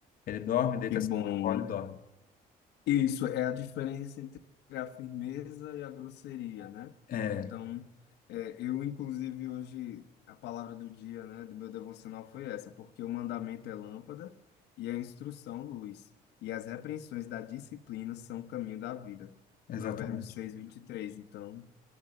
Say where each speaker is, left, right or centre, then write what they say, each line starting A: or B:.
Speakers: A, on the left (about 55°); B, on the left (about 80°).
A: Ele dorme, deita-se
B: Que bom.
A: no colo e dorme.
B: Isso é a diferença entre a firmeza e a grosseria, né?
A: É,
B: Então, é, eu, inclusive, hoje, a palavra do dia, né, do meu devocional foi essa, porque o mandamento é lâmpada e a instrução luz, e as repreensões da disciplina são o caminho da vida.
A: exatamente.
B: Provérbios seis vinte e três. Então,